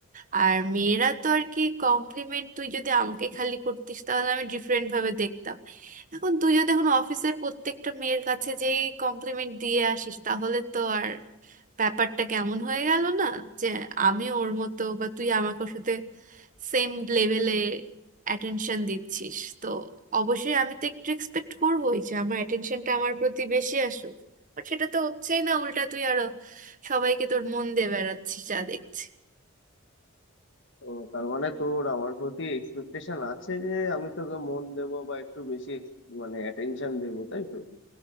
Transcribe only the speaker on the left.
ও তার মানে তোর আমার প্রতি এক্সপেকটেশন আছে যে আমি তোকে মন দেবো বা একটু বেশি ex- মানে অ্যাটেনশন দেবো তাই তো